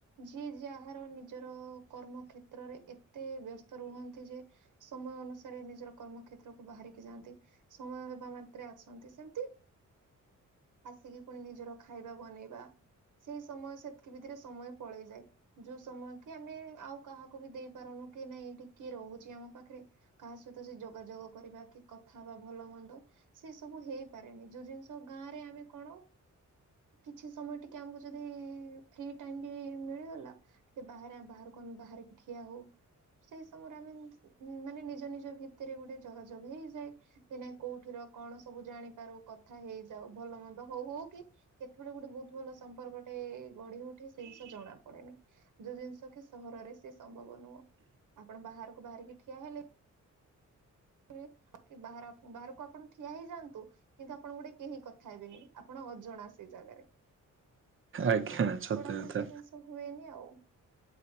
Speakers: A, on the right; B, on the right.
A: ଯିଏ ଯାହାର ନିଜର କର୍ମ କ୍ଷେତ୍ରରେ ଏତେ ବ୍ୟସ୍ତ ରୁହନ୍ତି ଯେ ସମୟ ଅନୁସାରେ ନିଜର କର୍ମ କ୍ଷେତ୍ରକୁ ବାହାରିକି ଯାଆନ୍ତି। ସମୟ ହେବା ମାତ୍ରେ ଆସନ୍ତି ସେମିତି ଆସିକି ପୁଣି ନିଜର ଖାଇବା ବନେଇବା। ସେଇ ସମୟ ସେତିକି ଭିତରେ ସମୟ ପଳେଇଯାଏ ଯୋଉ ସମୟ କି ଆମେ ଆଉ କାହାକୁ ବି ଦେଇ ପାରୁନୁ କି ନାଇଁ ଏଇଠିକି କିଏ ରହୁଛି ଆମ ପାଖରେ। କାହା ସହିତ ସେ ଯୋଗାଯୋଗ କରିବା କି କଥା ହବା ଭଲ ମନ୍ଦ। ସେ ସବୁ ହେଇପାରେନି ଯୋଉ ଜିନିଷ ଗାଁ ରେ ଆମେ କଣ କିଛି ସମୟ ଟିକେ ଆମକୁ ଯଦି ଫି ଟାଇମ ବି ମିଳିଗଲା। ଟିକେ ବାହାରେ ବାହାରେ ବାହାର କିି ଠିଆ ହଉ। ସେଇ ସମୟରେ ଆମେ ମାନେ ନିଜ ନିଜ ଭିତରେ ଗୋଟେ ଯୋଗାଯୋଗ ହେଇଯାଏ। ସେ ନାଇଁ କୋଉଠିର କଣ ସବୁ ଜାଣିପାରୁ କଥା ହେଇଯାଉ ଭଲ ମନ୍ଦ ହଉ ହଉ କି କେତେବେଳେ ଗୋଟେ ବହୁତ ଭଲ ସମ୍ପର୍କଟେ ଗଢି ଉଠେ ସେ ଜିନିଷ ଜଣା ପଡେନି। ଯୋଉ ଜିନିଷ କି ସହରରେ ସିଏ ସମ୍ଭବ ନୁହଁ। ଆପଣ ବାହାରକୁ ବାହାରିକି ଠିଆ ହେଲେ <unintelligible> ବାହାରେ ବାହାରକୁ ଆପଣ ଠିଆ ହେଇ ଯାଆନ୍ତୁ। କିନ୍ତୁ ଆପଣ ଗୋଟେ କେହି କଥା ହେବେନି ଆପଣ ଅଜଣା ସେ ଜାଗାରେ।
B: ଆଜ୍ଞା ସତ
A: ପୋଡା
B: କଥା।
A: <unintelligible> ସେ ଜିନିଷ ହୁଏନି ଆଉ।